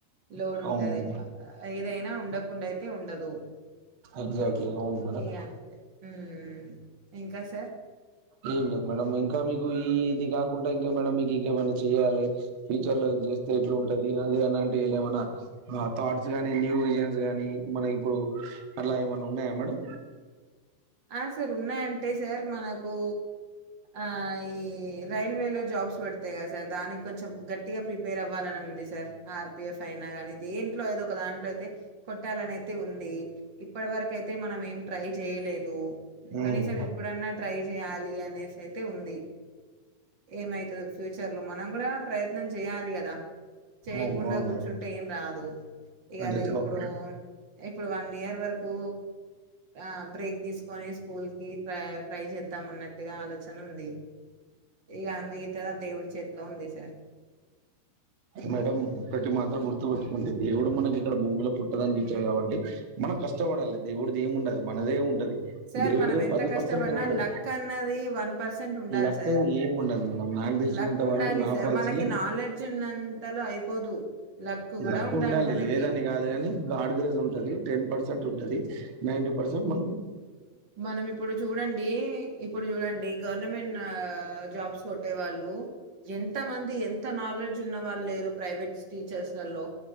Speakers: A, on the right; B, on the right.
A: లోడ్ ఉంటది
B: అవును మేడం
A: ఏదైనా ఉండక కుండైతే ఉండదు
B: ఎగ్జాక్ట్లీ అవును మేడం
A: ఇగా అంతే ఉమ్ ఇంకా సార్
B: ఏం లేదు మేడం ఇంకా మీకు ఈ ఇది కాకుండా ఇంకా మేడం మీకు ఇంకేమైనా చెయాలి ఫ్యూచర్ లో ఇది చేస్తే ఇట్లా ఉంటది అది అలాంటి ఏమైనా థాట్స్ గాని న్యూ విజన్స్ కానీ మనకి ఇప్పుడు అలా ఏమన్నా ఉన్నాయా మేడం
A: ఆ సార్ ఉన్నాయంటే సార్ మనకు ఆ ఈ రైల్వేలో జాబ్స్ పడితాయి కదా సార్ దానికి కొంచెం గట్టిగా ప్రిపేర్ అవ్వాలని ఉంది సార్ ఆర్పిఎఫ్ అయినా కానీ దేంట్లో ఎదో ఒక దాంట్లో అయితే కొట్టాలనియితే ఉంది ఇప్పటి వరకు అయితే మనం ఏం ట్రై చేయలేదు దో
B: అవును
A: కనీసం ఇప్పుడన్నా ట్రై చేయాలి అనేసైతే ఉంది ఏమైతది ఫ్యూచర్ లో మనం కూడా ప్రయత్నం చేయాలి కదా చేయకుండా
B: అవును
A: కూర్చుంటే ఏం రాదు ఇ గాదే
B: అదైతే
A: ఇప్పుడు
B: ఒక
A: ఇప్పుడు వన్ ఇయర్ వరకు ఆ బ్రేక్ కొన్ని స్కూల్ కి ట్రై చేద్దాం అన్నట్టు గా ఆలోచన ఉంది ఇ ఆమె ఇగా దేవుడి చేతిలో ఉంది సార్
B: మేడం ఒకటి మాత్రం గుర్తుపెట్టుకోండి దేవుడు మనకి ఇక్కడ భూమిలో పుట్టదనికిచ్చాడు కాబట్టి మనం కష్టపడాలి దేవుడిది ఏమి ఉండదు మనదే ఉంటది
A: సార్
B: దేవుడిది
A: మనం ఎంత
B: పది
A: కష్టపడినా
B: పర్సెంట్ ఉంటది
A: లక్ అన్నది వన్ పర్సెంట్ ఉండాలి
B: లక్
A: సార్
B: ఏమి ఉండదు మేడం నాకు తెలిసినంత
A: లక్ ఉండాలి
B: వరకు నా
A: సార్
B: పాలసీలో
A: మనకి నాలెడ్జ్ ఉన్నంత అంతలో అయిపోదు లక్ కూడా
B: లక్కు ఉండాలి
A: మనకి
B: లేదని కాదు కాని గార్డ్ గ్రేజ్ ఉంటది టెన్ పర్సెంట్ ఉంటది నైన్టీ పర్సెట్ మ
A: మనం ఇప్పుడు చూడండి ఇప్పుడు చూడండి గవర్నమెంట్ ఆ జాబ్స్ కొట్టే వాళ్ళు ఎంత మంది ఎంత నాలెడ్జ్ ఉన్న వాళ్ళు లేరు ప్రైవేట్స్ టీచర్స్లో